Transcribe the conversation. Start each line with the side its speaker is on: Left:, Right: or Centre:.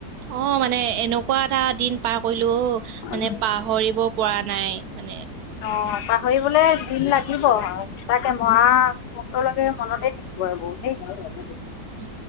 Right: অ', মানে এনেকুৱা এটা দিন পাৰ কৰিলো অ', মানে
Left: ন
Right: পাহৰিব পৰা নাই। মানে
Left: অ', পাহৰিবলে দিন লাগিব আৰু সঁচাকে মৰা <unintelligible> লৈকে মনতেই থাকিব আৰু বহুতেই।
Right: অ,